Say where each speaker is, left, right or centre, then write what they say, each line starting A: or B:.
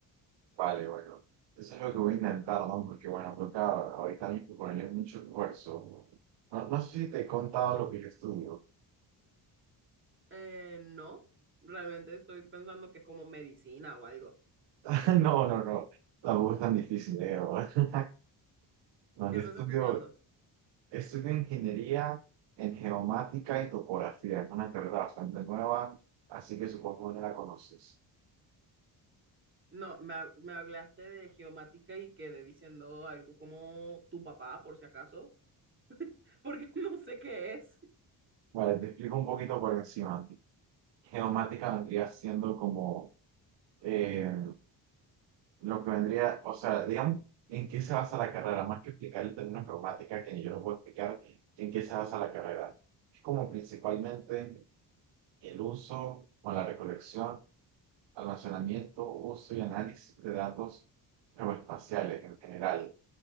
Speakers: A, on the right; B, on the right.
A: Vale, bueno. Eso es lo que voy a intentar, ¿no? Porque, bueno, toca ahorita mismo ponerle mucho esfuerzo. No, no sé si te he contado lo que yo estudio.
B: Eh, no, realmente estoy pensando que es como medicina o algo.
A: <laughs> No, no, no. Tampoco es tan difícil, ¿eh? <laughs> No,
B: ¿Qué
A: yo
B: estás
A: estudio,
B: estudiando?
A: Estudio ingeniería en geomática y topografía. Es una carrera bastante nueva, así que supongo que no la conoces.
B: No, me, ha- me hablaste de geomática y quedé diciendo algo como tu papá, por si acaso, <laughs> porque no sé qué es.
A: Vale, te explico un poquito por encima. Geomática vendría siendo como eh, lo que vendría, o sea, digamos, en qué se basa la carrera, más que explicar el término geomática, que yo no puedo explicar, en qué se basa la carrera. Es como principalmente el uso o la recolección, almacenamiento, uso y análisis de datos geoespaciales en general